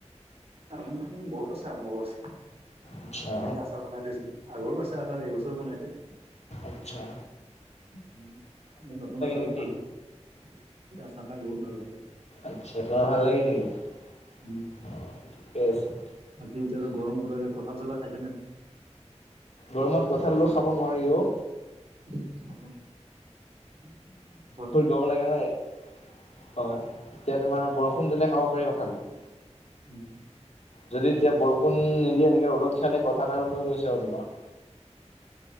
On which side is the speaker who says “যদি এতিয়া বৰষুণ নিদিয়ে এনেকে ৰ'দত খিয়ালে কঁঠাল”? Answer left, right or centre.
Left